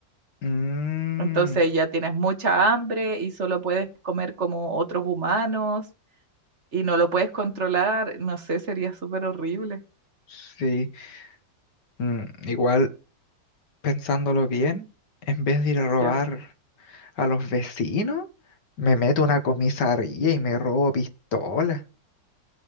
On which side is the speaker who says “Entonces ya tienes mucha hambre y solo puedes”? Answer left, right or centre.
Right